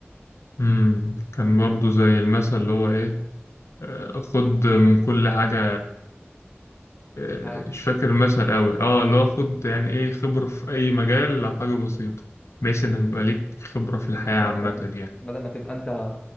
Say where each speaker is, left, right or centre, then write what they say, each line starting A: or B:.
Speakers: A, on the left (about 85°); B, on the left (about 25°).
A: امم كان برضو زي المثل اللي هو إيه آه، خد من كل حاجة آه،
B: حاجه
A: مش فاكر المثل أوي اه اللي هو خد يعني ايه خبرة في أي مجال لو حاجة بسيطة بحيث إنك يبقى ليك خبرة في الحياة
B: بالظبط
A: عامة
B: يعني
A: يعني
B: بدل ما تبقى انت